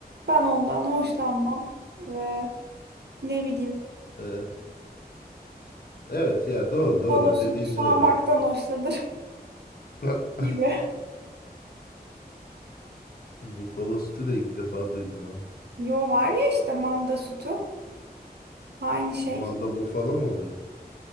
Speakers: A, on the right (about 85°); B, on the left (about 65°).
A: Ben ondan hoşlanmam. Ve ne bileyim
B: E, Evet ya doğru
A: Buffalo
B: doğru
A: sütü
B: dediğin
A: sağmaktan
B: doğru.
A: hoşlanırım
B: <laughs>
A: <laughs> gibi.
B: Bufalo sütü de ilk defa duydum ha.
A: Yo var ya işte manda sütü. Aynı şey.
B: Manda bufalo mı oluyor?